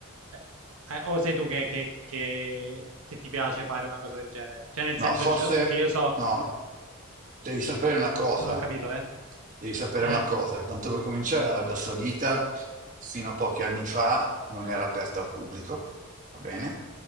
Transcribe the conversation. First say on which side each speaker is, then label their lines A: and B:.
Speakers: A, on the right; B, on the right.
A: eh, eh, o sei tu che, che- che- che ti piace fare una cosa del genere? Cioè, nel
B: No,
A: senso,
B: forse
A: ci so- perché io so...
B: no, devi sapere una cosa,
A: Non ho capito, beh.
B: devi sapere
A: Eh,
B: una cosa, che tanto per cominciare l'Arabia Saudita fino a pochi anni fa non era aperta al pubblico, va bene?